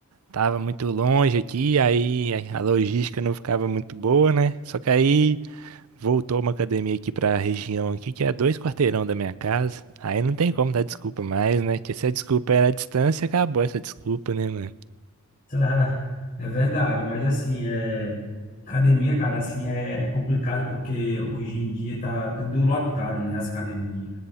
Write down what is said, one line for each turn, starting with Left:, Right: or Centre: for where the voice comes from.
Right: tava muito longe aqui, aí a a logística não ficava muito boa, né? Só que aí. Voltou uma academia aqui pra região aqui, que é dois quarteirão da minha casa. Aí não tem como dar desculpa mais, né? Que se a desculpa era a distância, acabou essa desculpa, né, mano?
Left: Ah, É verdade, mas assim, é, academia, cara, assim, é complicado porque hoje em dia tá tudo lotado, né, as academias.